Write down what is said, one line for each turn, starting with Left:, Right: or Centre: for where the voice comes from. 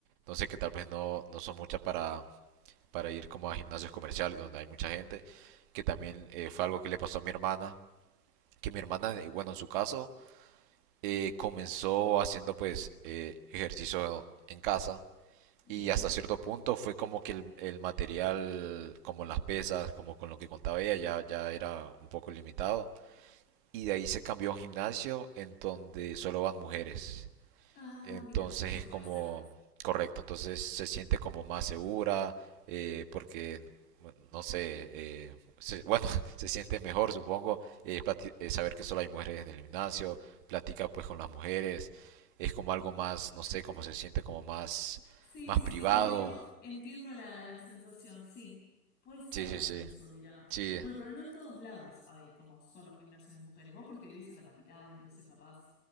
Right: no sé que tal vez no, no sos mucha para, para ir como a gimnasios comerciales donde hay mucha gente, que también eh, fue algo que le pasó a mi hermana, que mi hermana, eh, bueno, en su caso, eh, comenzó haciendo pues eh, ejercicio en casa
Left: Bien.
Right: y hasta cierto punto fue como que el, el material, como las pesas, como con lo que contaba ella, ya, ya era un poco limitado y de ahí se cambió a un gimnasio en donde solo van mujeres.
Left: Ah,
Right: Entonces
Left: mira, eso
Right: es
Left: puede
Right: como,
Left: ser.
Right: correcto, entonces se siente como más segura eh, porque, no sé, eh, se- bueno, <laughs> se siente mejor, supongo, eh, plati- eh, saber que solo hay mujeres en el gimnasio, platica pues con las mujeres, es como algo más, no sé, como se siente como más,
Left: Sí,
Right: más
Left: sí,
Right: privado.
Left: sí, entiendo, entiendo la, la sensación, sí. Puede ser
Right: Sí, sí,
Left: también
Right: sí,
Left: eso, dirá.
Right: sí,
Left: Bueno, pero no en todos lados hay como solo gimnasios de mujeres. Vos porque vivís en la capital, entonces capaz